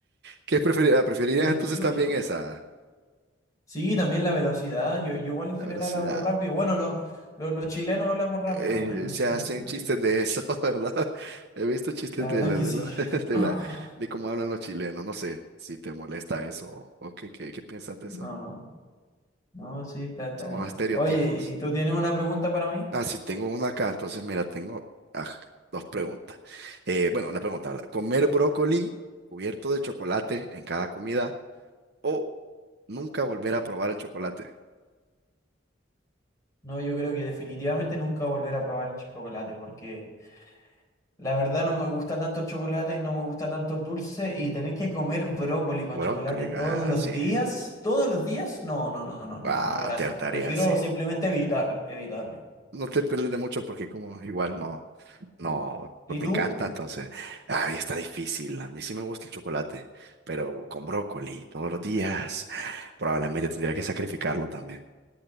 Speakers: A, on the right; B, on the left.
A: ¿Qué preferirías? ¿Preferirías
B: Tranquilo,
A: entonces también
B: viejo.
A: esa,
B: Sí, también la velocidad. Yo, yo igual en
A: la
B: general
A: velocidad?
B: hablo rápido. Bueno, los lo- los chilenos hablamos rápido
A: eh,
B: también en
A: se
B: ese
A: hacen
B: sentido,
A: chistes
B: sí.
A: de eso, <laughs> ¿verdad? He visto chistes
B: La
A: de
B: verdad
A: la,
B: es que
A: de
B: sí.
A: la, <laughs>
B: <coughs>
A: de
B: <clears throat>
A: la- de cómo hablan los chilenos. No sé si te molesta eso o, o qué, qué, qué piensas de
B: No,
A: eso.
B: no, sí, está, está
A: Son
B: bien.
A: los estereotipos.
B: Oye, ¿y tú tienes una pregunta para mí?
A: Ah, sí, tengo una acá. Entonces, mira, tengo ah, dos preguntas. Eh, bueno, una pregunta, ¿verdad? ¿Comer brócoli cubierto de chocolate en cada comida o nunca volver a probar el chocolate?
B: No, yo creo que definitivamente nunca volver a probar el chocolate, porque la verdad no me gusta tanto el chocolate, no me gusta tanto el dulce, y tener que comer brócoli con
A: Brócoli,
B: chocolate todos
A: ah,
B: los
A: sí.
B: días, todos los días, no, no, no, no, no,
A: Ah,
B: no, no, gracias.
A: te hartaría,
B: Prefiero
A: sí.
B: simplemente evitarlo, evitarlo.
A: No te pierdes de mucho porque como igual no. No,
B: ¿Y
A: no te
B: tú?
A: encanta, entonces. Ay, está difícil. A mí sí me gusta el chocolate, pero con brócoli todos los días. Probablemente tendría que sacrificarlo también.